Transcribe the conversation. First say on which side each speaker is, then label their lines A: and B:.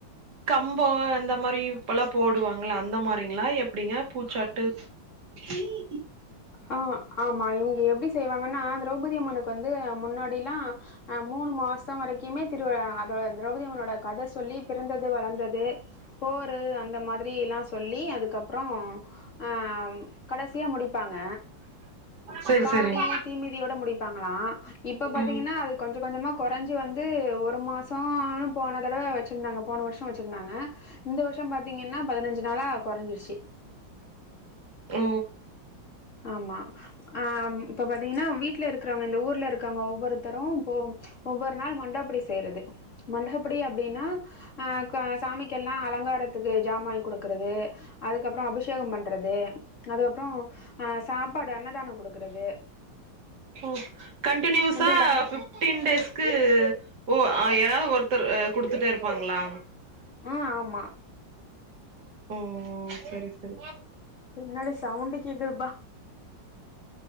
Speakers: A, on the right; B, on the left.
A: கம்போ அந்த மாரி இப்பெல்லா போடுவாங்கள அந்த மாரிங்கலா எப்டிங்க பூச்சாட்டு இ
B: ஆ, ஆமா இங்க எப்டி செய்வாங்கன்னா திரௌபதியம்மனுக்கு வந்து முன்னாடில்லா ஆ மூணு மாச சம் வரைக்குமே திருவிழா அதோ திரௌபதி அம்மனோட கத சொல்லி பிறந்தது வளந்தது போரு அந்த மாதிரில்லா சொல்லி அதுக்கப்பறோ ஆ, கடசியா முடிப்பாங்க
A: சரி
B: காவடி
A: சரிங்க
B: தீமிதியோட முடிப்பாங்களா இப்ப பாத்தீங்கனா
A: ம்
B: அது கொஞ்சோ கொஞ்சமா கொறஞ்சி வந்து ஒரு மாசம்னு போன தடவை வச்சிருந்தாங்க போன வருஷோ வச்சிருந்தாங்க இந்த வருஷ பாத்தீங்கன்னா பதினஞ்சு நாளா கொறைஞ்சிருச்சு
A: ஓ
B: ஆமா ஆ இப்ப பாத்தீங்கன்னா வீட்ல இருக்றவங்க இந்த ஊர்ல இருக்காங்க ஒவ்வொருத்தரு இப்போ ஒவ்வொருத்தரும் இப்போ ஒவ்வொரு நாள் மண்டகப்படி செய்யறது மண்டகப்படி அப்டின்னா அ க சாமிக்குல்லா அலங்காரத்துக்கு ஜாமா வாங்கி குடுக்குறது அதுக்கப்றோ அபிஷேகோ பண்றது அதுக்கப்றோ ஆ சாப்பாடு அன்னதான குடுக்குறது
A: ம் கண்டினியூஸா
B: எல்லாரு
A: ஃப் ட்டின் டேஸ்க்கு ஓ யாராவது ஒருத்தர் குடுத்துட்டே இருப்பாங்ளா
B: ஆ ஆமா
A: ஓ, ஓ செரி செரி
B: பின்னாடி சவுண்டு கேக்குதுப்பா